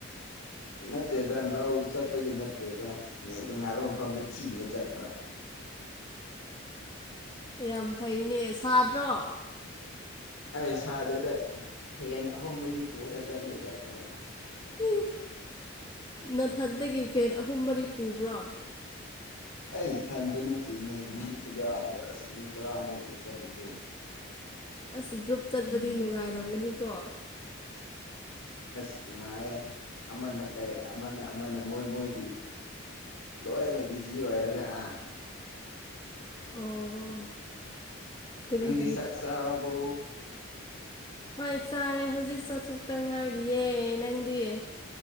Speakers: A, on the left; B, on the left.
A: ꯅꯠꯇꯦꯗ ꯂꯧ ꯆꯠꯄꯒꯤ ꯅꯠꯇꯦꯗ ꯅꯦꯠ ꯅꯨꯡꯉꯥꯏꯕ ꯃꯐꯝꯗ ꯊꯤꯕ ꯆꯠꯄ
B: ꯌꯥꯝ ꯐꯩꯅꯦ ꯁꯥꯗ꯭ꯔꯣ
A: ꯑꯩ ꯏꯁꯥꯗꯦꯗ ꯐꯦꯟ ꯑꯍꯨꯝ ꯃꯔꯤ ꯄꯨꯔ ꯆꯠꯂꯦꯗ ꯑꯩꯈꯣꯏ
B: ꯎ ꯅꯊꯟꯇꯒꯤ ꯐꯦꯟ ꯑꯍꯨꯝ ꯃꯔꯤ ꯄꯨꯕ꯭ꯔꯣ
A: ꯑꯩ ꯏꯊꯟꯇ ꯅꯠꯇꯦꯅꯦ ꯃꯤ ꯈꯨꯌꯥꯗꯣ ꯑꯁ ꯃꯤ ꯇꯔꯥꯃꯨꯛꯅꯦ ꯆꯠꯂꯤꯁꯦ
B: ꯑꯁ ꯒ꯭ꯔꯨꯞ ꯆꯠꯄꯗꯤ ꯅꯨꯡꯉꯥꯏꯔꯝꯒꯅꯤꯀꯣ
A: ꯑꯁ ꯅꯨꯡꯉꯥꯏꯑꯦ ꯑꯃꯅ ꯀꯩ ꯑꯃꯅ ꯑꯃꯅ ꯃꯣꯏ ꯃꯣꯏꯒꯤ ꯂꯣꯏꯅ ꯕꯤꯖꯤ ꯑꯣꯏꯔꯒ ꯑꯥ
B: ꯑꯣ ꯀꯔꯤ
A: ꯅꯪꯗꯤ
B: ꯀꯔꯤ
A: ꯆꯥꯛꯆꯔꯕꯣ
B: ꯇꯧ ꯍꯣꯏ ꯆꯥꯔꯦ ꯍꯧꯖꯤꯛ ꯆꯥꯊꯣꯛꯇ ꯉꯥꯏꯔꯤꯌꯦ ꯅꯪꯗꯤ